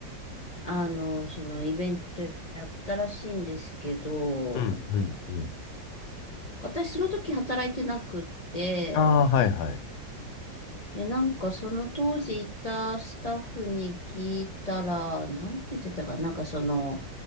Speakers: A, on the left; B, on the left.
A: あの、そのイベントやったらしいんですけど、
B: うん、うん、うん。
A: 私その時働いてなくって、
B: ああ、はいはい。
A: で、なんかその当時いたスタッフに聞いたら、なんて言ってたかな、なんかその、